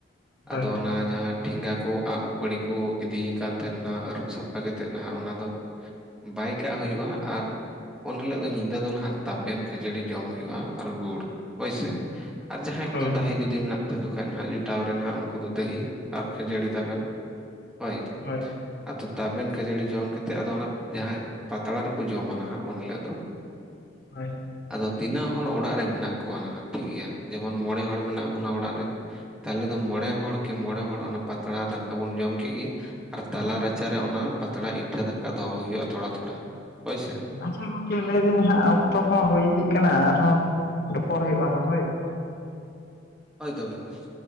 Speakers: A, on the left (about 55°); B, in the centre.
A: ᱦᱳᱭ
B: ᱟᱫᱚ ᱚᱱᱟ ᱡᱟᱦᱟᱸ ᱴᱷᱮᱸᱜᱟ ᱠᱚ ᱟᱸᱜ, ᱩᱯᱟᱹᱲᱤ ᱠᱚ ᱤᱫᱤᱭ ᱠᱟᱱ ᱛᱟᱦᱮᱱᱟ ᱟᱹᱨᱩᱵ ᱥᱟᱯᱷᱟ ᱠᱟᱛᱮᱫ ᱱᱟᱦᱟᱜ ᱚᱱᱟ ᱫᱚ ᱵᱟᱭ ᱠᱟᱜ ᱦᱩᱭᱩᱜᱼᱟ, ᱟᱨ ᱩᱱ ᱦᱤᱞᱳᱜ ᱫᱚ ᱧᱤᱫᱟᱹ ᱫᱚ ᱦᱟᱸᱜ ᱛᱟᱵᱮᱱ ᱠᱷᱟᱹᱡᱟᱹᱲᱤ ᱡᱚᱢ ᱦᱩᱭᱩᱜᱼᱟ ᱟᱨ ᱜᱩᱲ ᱦᱳᱭᱥᱮ ᱾ ᱟᱨ ᱡᱟᱦᱟᱸᱭ
A: ᱦᱳᱭ
B: ᱠᱚᱫᱚ ᱫᱟᱹᱦᱤ ᱡᱩᱫᱤ ᱢᱮᱱᱟᱜ ᱛᱟᱠᱚ ᱠᱷᱟᱡ ᱱᱟᱦᱟᱜ ᱡᱚᱴᱟᱣ ᱨᱮᱱᱟᱜ ᱩᱱᱠᱩ ᱫᱚ ᱫᱟᱹᱦᱤ ᱟᱨ ᱠᱷᱟᱹᱡᱟᱹᱲᱤ ᱛᱟᱵᱮᱱ ᱾ ᱦᱳᱭ ᱾
A: ᱦᱳᱭ ᱾
B: ᱟᱫᱚ ᱛᱟᱵᱮᱱ ᱠᱷᱟᱹᱡᱟᱹᱲᱤ ᱡᱚᱢ ᱠᱟᱛᱮᱫ ᱟᱫᱚ ᱚᱱᱟ ᱡᱟᱦᱟᱸ ᱯᱟᱛᱲᱟ ᱨᱮᱠᱚ ᱡᱚᱢᱟ ᱱᱟᱦᱟᱸᱜ ᱩᱱ ᱦᱤᱞᱳᱜ ᱫᱚ ᱾
A: ᱦᱳᱭ ᱾
B: ᱟᱫᱚ ᱛᱤᱱᱟᱹᱜ ᱦᱚᱲ ᱚᱲᱟᱜ ᱨᱮ ᱢᱮᱱᱟᱜ ᱠᱚᱣᱟ ᱱᱟᱦᱟᱜ ᱴᱷᱤᱠᱜᱮᱭᱟ, ᱡᱮᱢᱚᱱ ᱢᱚᱬᱮ ᱦᱚᱲ ᱢᱮᱱᱟᱜ ᱵᱚᱱᱟ ᱚᱲᱟᱜ ᱨᱮ ᱾ ᱛᱟᱦᱚᱞᱮ ᱫᱚ ᱢᱚᱸᱬᱮ ᱦᱚᱲ ᱠᱮ ᱢᱚᱸᱬᱮ ᱦᱚᱲ ᱚᱱᱟ ᱯᱟᱛᱟᱲᱟ ᱫᱟᱠᱟ ᱵᱚᱱ ᱡᱚᱢ ᱠᱮᱜ-ᱜᱮ ᱟᱨ ᱛᱟᱞᱟ ᱨᱟᱪᱟᱨᱮ ᱚᱱᱟ ᱯᱟᱛᱟᱲᱟ ᱤᱴᱷᱟᱹ ᱫᱟᱠᱟ ᱫᱚᱦᱚᱸ ᱦᱩᱭᱩᱜᱼᱟ ᱛᱷᱚᱲᱟ ᱛᱷᱚᱲᱟ ᱦᱳᱭᱥᱮ ᱾
A: ᱟᱪᱪᱷᱟ ᱜᱚᱢᱠᱮ ᱞᱟᱹᱭᱫᱟᱹᱧ ᱦᱟᱸᱜ ᱚᱠᱛᱚ ᱠᱚᱦᱚᱸ ᱦᱩᱭ ᱤᱫᱤᱜ ᱠᱟᱱᱟ ᱟᱨᱦᱚᱸ ᱨᱚᱯᱚᱲ ᱦᱩᱭᱩᱜᱼᱟ ᱦᱳᱭ ᱾
B: ᱦᱳᱭ ᱛᱚᱵᱮ ᱦᱳᱭ ᱾